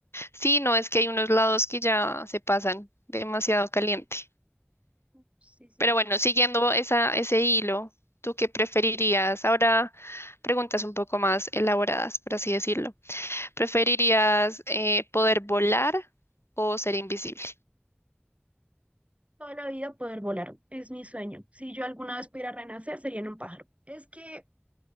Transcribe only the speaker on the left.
Sí, no, es que hay unos lados que ya se pasan demasiado caliente.
Pero bueno, siguiendo esa, ese hilo, ¿tú qué preferirías? Ahora preguntas un poco más elaboradas, por así decirlo. ¿Preferirías eh, poder volar o ser invisible?